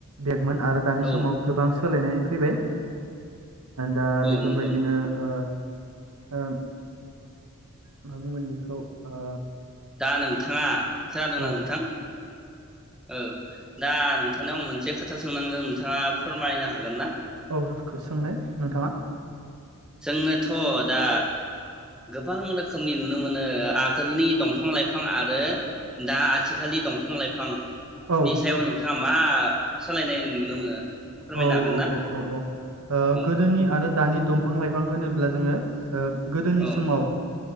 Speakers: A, on the right; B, in the centre.
A: बे आरो दानि
B: औ
A: समाव गोबां सोलायनाय फैबाय। दा
B: औ
A: बेफोरबायदिनो
B: नंगौ
A: ओ ओ। मा बुंगोन बेखौ ओ
B: दा नोंथाङा खोनादों
A: औ
B: ना नोंथां? औ दा नोंथांनिआव मोनसे खोथा सोंनांगोन नोंथाङा फोरमायनो हागोन ना?
A: औ सोंनाय नोंथाङा।
B: जोंनाथ दा गोबां रोखोमनि नुनो मोनो आगोलनि दंफां लाइफां आरो दा आथिखालनि दंफां लाइफां।
A: औ
B: नि सायाव नोंथाङा मा सोलायनाय नुनो मोनो? फोरमायनो
A: औ
B: हागोन
A: औ
B: ना?
A: औ औ औ
B: औ
A: गोदोनि आरो दानि दंफा। बिफां लाइफां होनोब्ला जोङो। ओ गोदोनि
B: औ
A: समाव